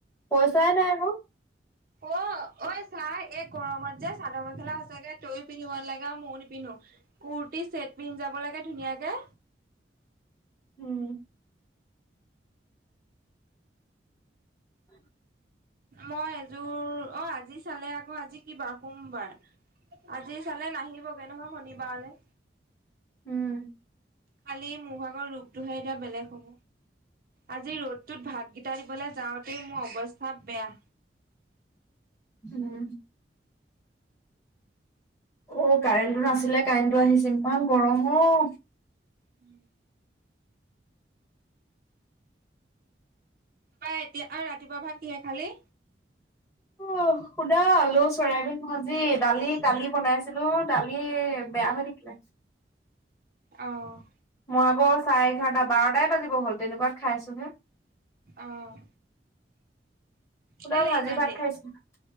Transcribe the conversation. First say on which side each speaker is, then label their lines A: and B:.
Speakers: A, on the left (about 15°); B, on the right (about 55°).
A: পইচাই নাই আকৌ।
B: অ', ঐ চাই এই গৰমত যে চাদৰ-মেখেলা সচাগে তয়ো পিন্ধিব নালাগে আৰু ময়ো নিপিন্ধো। কুৰ্তি চেট পিন্ধ যাব লাগে ধুনীয়াকে।
A: উম। উ
B: মই এযোৰ অ', জি চালে আকৌ আজি কি বাৰ? সোমবাৰ। আজি চালে নাহিবগে নহয় শনিবাৰলে।
A: উম।
B: খালি মোভাগৰ ৰূপটোহে এতিয়া বেলেগ হ'ব। আজি ৰ'দটোত ভাতগেইটা দিবলৈ যাওঁতেই মোৰ অৱস্থা বেয়া।
A: উম। ঔ, কাৰেণ্টটো নাছিলে কাৰেণ্টটো আহিছে ইমান গৰম অ'।
B: উম তা এতিয়া আৰু ৰাতিপুৱা ভাত কিহে খালি?
A: অ', শুদা আলু চয়াবিন ভাজি, দালি কালি বনাইছিলো দালি বেয়া হৈ থাকিলে।
B: অ'।
A: <unintelligible> চাৰে এঘাৰটা বাৰটাই বাজিব হ'ল তেনেকুৱা খাইছোহে। সুদা
B: অ', কেলে
A: ভাজি
B: ইমান
A: ভাত
B: দেৰি?
A: খাইচ'।